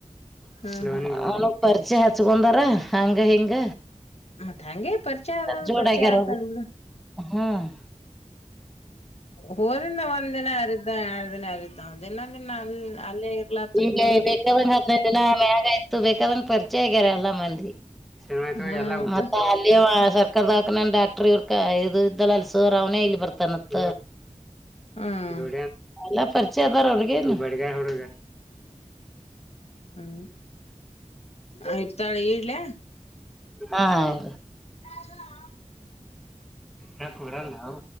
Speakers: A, in the centre; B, on the left.
A: <unintelligible>
B: ಹ್ಮ್ ಹ್ಮ್
A: ಪರಿಚಯ ಹಚ್ಕೊಂಡಾರ ಹಂಗ ಹಿಂಗ.
B: ಮತ್ ಹಂಗೆ ಪರಿಚಯ ಅದ
A: ಜೋಡಾಗರ
B: ಪರಿಚಯ ಆತನ್ ಬಿಡು
A: ಹ್ಮ್, -
B: ಹೋದಿಂದ ಒಂದ್ ದಿನ ಆಗಿರತದ್ದ ಎರಡದಿನ ಆಗಿರತದ್ದ ದಿನ- ದಿನ ಅಲ್ಲಿ ಅಲ್ಲೇ ಇರ್ಲ
A: ಈ ಬೇಕಾದಂಗ ಹದಿನೈದು ದಿನ ಮ್ಯಗ ಆಯ್ತು ಬೇಕಾದಂಗ ಪರಿಚಯ ಆಗ್ಯಾರ ಅಲ್ಲ ಮಂದಿ ಈ ಶನ್ಮಯ್ತ್
B: ಹ್ಮ
A: ಎಲ್ಲ
B: ಮತ್ತ
A: ಸರ್ಕಾರದಕ ನನ್ ಡಾಕ್ಟರ್ ಇವ್ರಕ ಇದು ಇದ್ದಲ್ಲ ಅಲ್ಸೋರ್ ಅವನೇ ಇಲ್ ಬರ್ತಾನತ್
B: ಹ್ಮ್
A: ಗ ಎಲ್ಲ ಪರಿಚಯ ಅದಾರ ಅವ್ರಗನು ಬಗಾಯ ಹುಡುಗ
B: ಹ್ಮ್ ಆಯತಾಳೆ ಇಡ್ಲ
A: ಹಾೌ
B: ಹೌ ಹಾ
A: ಹ ಕೊರಲ್ಲ ಹ